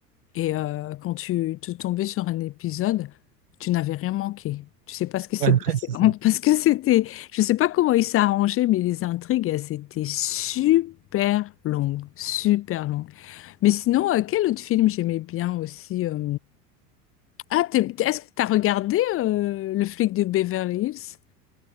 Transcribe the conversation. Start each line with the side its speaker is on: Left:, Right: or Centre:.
Left: Et euh, quand tu te tombais sur un épisode, tu n'avais rien manqué. Tu sais pas ce qui s'est
Right: Ouais, <laughs>
Left: passé.
Right: c'est
Left: <laughs>
Right: ça.
Left: Parce que c'était, je sais pas comment il s'est arrangé, mais les intrigues, elles étaient super longues. Super longues. Mais sinon, euh, quel autre film j'aimais bien aussi euh, Ah, t'es- est-ce que tu as regardé euh, Le flic de Beverly Hills?